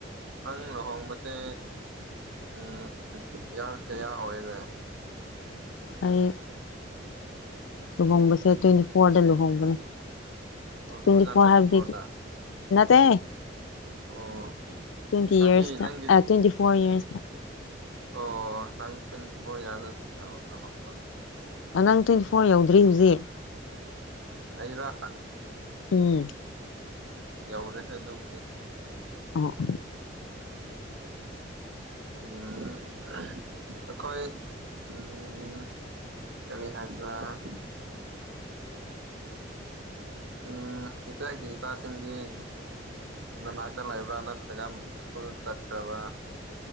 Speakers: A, on the right; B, on the left.
A: ꯅꯪ ꯂꯨꯍꯣꯡꯕꯦ ꯎ꯫ ꯌꯥꯡ ꯀꯌꯥ ꯑꯣꯏꯔꯦ꯫
B: ꯑꯩ ꯂꯨꯍꯣꯡꯕꯁꯦ ꯇ꯭ꯋꯦꯟꯇꯤ ꯐꯣꯔꯗ ꯂꯨꯍꯣꯡꯕꯅꯦ
A: ꯑꯣ
B: ꯇ꯭ꯋꯦꯟꯇꯤ
A: ꯇꯨ ꯊꯥꯎꯖꯟ
B: ꯐꯣꯔ ꯍꯚ
A: ꯐꯣꯔꯗ
B: ꯇ
A: ꯑꯣ
B: ꯇ꯭ꯋꯦꯟꯇꯤ ꯏꯌꯔꯁ
A: ꯆꯍꯤ ꯅꯪꯒꯤ
B: ꯇ ꯇ꯭ꯋꯦꯟꯤ ꯐꯣꯔ ꯏꯌꯔꯁ ꯇ
A: ꯑꯣ ꯅꯪ ꯆꯟ <unintelligible>
B: ꯅꯪ ꯇ꯭ꯋꯦꯟꯇꯤ ꯐꯣꯔ ꯌꯧꯗ꯭ꯔꯤ ꯍꯧꯖꯤꯛ꯫
A: ꯑꯩꯔꯥ
B: ꯎꯝ
A: ꯌꯥꯎꯔꯦ ꯍꯦ ꯑꯗꯨꯕꯨꯗꯤ꯫
B: ꯑꯣ
A: ꯎꯝ ꯑꯩꯈꯣꯏ ꯎꯝ꯫ ꯀꯔꯤ ꯍꯥꯏꯁꯤ ꯋꯥ ꯎꯝ ꯏꯆꯦꯒꯤ ꯏꯆꯥꯁꯤꯡꯗꯤ ꯎ ꯅꯅꯥꯇ ꯂ ꯂꯩꯕ꯭ꯔꯥ ꯅꯠꯇ꯭ꯔꯒ ꯁꯀꯨꯜ ꯀꯠꯈ꯭ꯔꯕ꯭ꯔꯥ